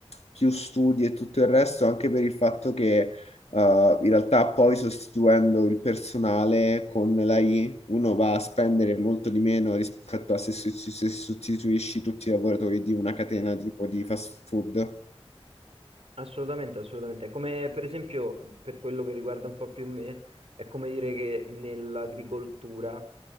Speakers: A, on the left; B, on the right.
A: più studi e tutto il resto, anche per il fatto che eh, in realtà poi sostituendo il personale con l'AI uno va a spendere molto di meno rispetto a se, se- se sostituisci tutti i lavoratori di una catena tipo di fast food.
B: Assolutamente, assolutamente. È Come per esempio, per quello che riguarda un po' più me, è come dire che nell'agricoltura,